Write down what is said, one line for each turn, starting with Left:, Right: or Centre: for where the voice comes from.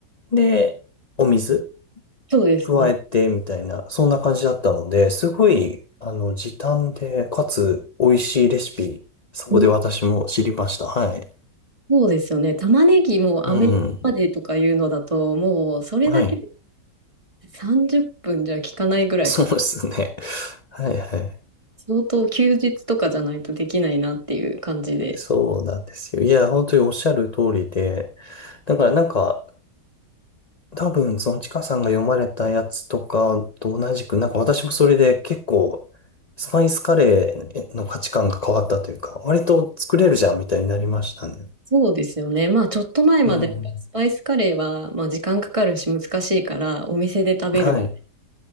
Left: で、お水。
Right: そうですね。
Left: 加えてみたいな、そんな感じだったので、すごい、あの、時短で、かつ美味しいレシピ、そこで私も知りました。
Right: うん
Left: はい。
Right: そうですよね。玉ねぎもアメリカまでとかいうのだと、
Left: うん。
Right: もうそれだけで
Left: はい。
Right: 30分じゅっぷんじゃ効かないぐらいか。
Left: <laughs> そうですね。はいはい。
Right: 相当休日とかじゃないとできないなっていう感じで。
Left: そうなんですよ。いや、本当におっしゃる通りで、だからなんか、多分、そのちかさんが読まれたやつとかと同じく、なんか私もそれで結構、スパイスカレーの価値観が変わったというか、割と作れるじゃんみたいになりましたね。
Right: そうですよね。まあちょっと前までやっぱスパイスカレーはまあ時間かかるし難しいからお店で食べる
Left: うん。はい。